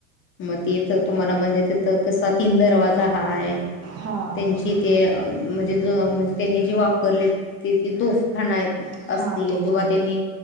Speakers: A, on the left (about 30°); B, on the right (about 40°).
A: मग तेच तुम्हाला पण म्हणजे तिथं कसं आता तीन दरवाजे सहा आहे
B: हां
A: त्यांची ते म्हणजे जो म्हणजे त्यांनी जे वापरले ते ते तोफखाानं आहेत असतील
B: हां तोफखाना
A: किंवा त्यांनी